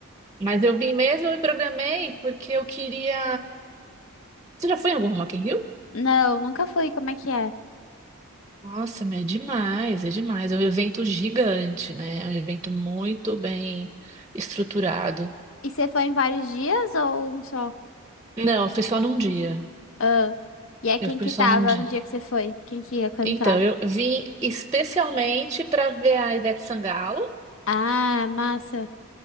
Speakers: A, on the right; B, on the left.
A: Mas eu vim mesmo, eu me programei porque eu queria. Você já foi em algum Rock in Rio?
B: não, nunca fui. Como é que é?
A: Nossa, mas é demais, é demais. É um evento gigante, né? É um evento muito bem estruturado.
B: E você foi em vários dias ou um só?
A: Não, eu fui só num dia.
B: Ah, e é quem
A: Eu fui
B: que
A: só
B: tava
A: num dia.
B: no dia que você foi? Quem que ia cantar?
A: Então, eu vim especialmente para ver a Ivete Sangalo
B: Ah, massa.